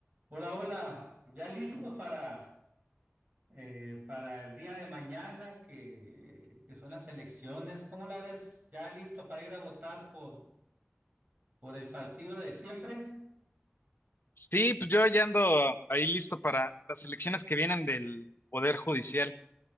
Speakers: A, on the right; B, on the left.
A: Hola, hola, ya listo para, eh, para el día de mañana que, que son las elecciones. ¿Cómo la ves? ¿Ya listo para ir a votar por, por el partido de siempre?
B: Sí, pues yo ya ando ahí listo para las elecciones que vienen del Poder Judicial.